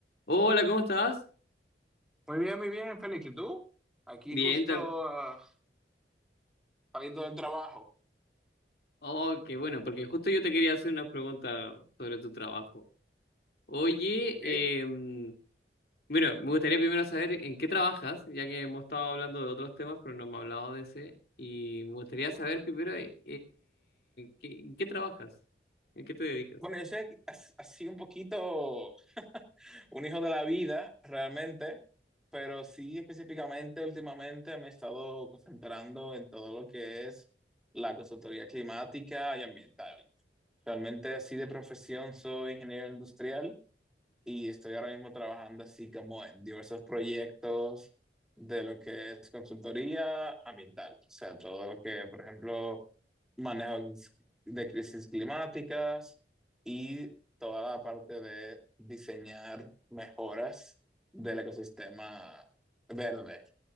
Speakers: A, on the left (about 60°); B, in the centre.
A: Hola, ¿cómo estás?
B: Muy bien, muy bien, Félix. ¿Y tú? Aquí
A: Bien,
B: justo
A: tam-
B: ah, saliendo del trabajo.
A: Oh, qué bueno, porque justo yo te quería hacer una pregunta sobre tu trabajo. Oye,
B: Ok.
A: em, bueno, me gustaría primero saber en qué trabajas, ya que hemos estado hablando de otros temas, pero no me has hablado de ese. Y me gustaría saber primero eh, ¿qué- en qué trabajas, en qué te dedicas.
B: Bueno, yo soy as- así un poquito <laughs> un hijo de la vida, realmente, pero sí específicamente últimamente me he estado concentrando en todo lo que es la consultoría climática y ambiental. Realmente así de profesión soy ingeniero industrial y estoy ahora mismo trabajando así como en diversos proyectos de lo que es consultoría ambiental, o sea, todo lo que, por ejemplo, manejo de crisis climáticas y toda la parte de diseñar mejoras del ecosistema verde